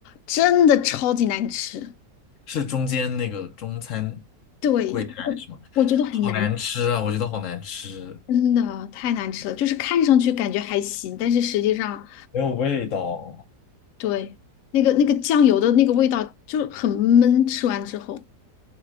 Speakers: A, on the left; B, on the left.
A: 真的超级难吃。
B: 是中间那个中餐
A: 对，
B: 柜台是吗？
A: 我我觉得很难，
B: 好难吃啊，我觉得好难吃，
A: 真的太难吃了。就是看上去感觉还行，但是实际上。
B: 没有味道。
A: 对，那个那个酱油的那个味道就很闷，吃完之后